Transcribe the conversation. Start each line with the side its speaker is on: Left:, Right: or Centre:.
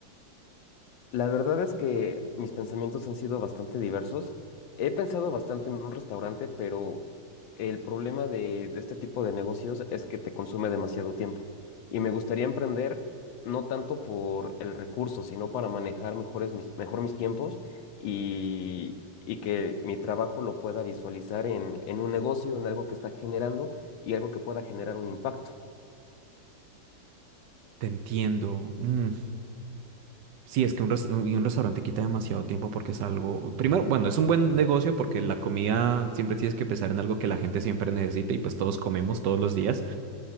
Left: La verdad es que mis pensamientos han sido bastante diversos. He pensado bastante en un restaurante, pero el problema de, de este tipo de negocios es que te consume demasiado tiempo. Y me gustaría emprender no tanto por el recurso, sino para manejar mejores mis, mejor mis tiempos y, y que mi trabajo lo pueda visualizar en, en un negocio, en algo que está generando y algo que pueda generar un impacto.
Right: Te entiendo. Mm, Sí, es que un, res- un y un restaurante quita demasiado tiempo porque es algo. Primero, bueno, es un buen negocio porque la comida siempre tienes que pensar en algo que la gente siempre necesita y pues todos comemos todos los días.